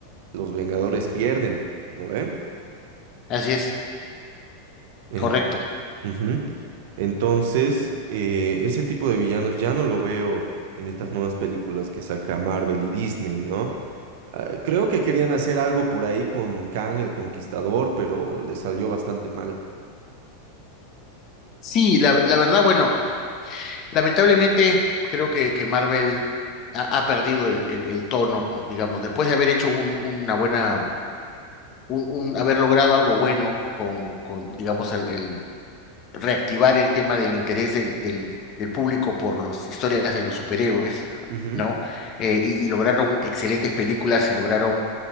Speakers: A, on the right; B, on the left.
A: los Vengadores pierden, ¿no ve?
B: así es,
A: En-
B: correcto.
A: ujú. Entonces, eh, ese tipo de villanos ya no lo veo en estas nuevas películas que saca Marvel y Disney, ¿no? Ah, Creo que querían hacer algo por ahí con Kang el Conquistador, pero le salió bastante mal.
B: Sí, la, la verdad, bueno, lamentablemente creo que, que Marvel ha, ha perdido el, el, el tono, digamos, después de haber hecho un, una buena un, un- haber logrado algo bueno con, con digamos, el, el reactivar el tema del interés del, del, del público por las historias de los superhéroes,
A: Ujú, ujú.
B: ¿no? Eh, y, y lograron excelentes películas y lograron